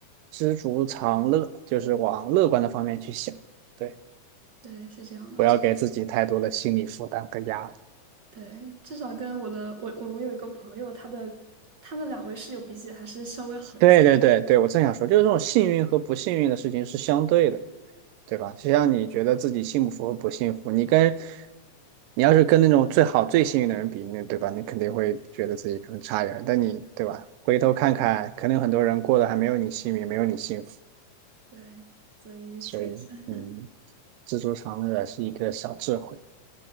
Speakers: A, on the right; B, on the right.
A: 知足常乐，就是往乐观的方面去想，对，
B: <laughs> 对，是这样的。
A: 不要给自己太多的心理负担和压力。
B: 对，至少跟我的我我我有一个朋友，他的他的两位室友比起来还是稍微好一些。
A: 对对对对，我正想说，就是这种幸运和不幸运的事情是相对的，对吧？就像你觉得自己幸福和不幸福，你跟你要是跟那种最好最幸运的人比，那对吧？你肯定会觉得自己可能差一点儿但你对吧？回头看看，可能有很多人过得还没有你幸运，没有你幸福，
B: 对，所以确实，
A: 所以嗯，知足常乐是一个小智慧。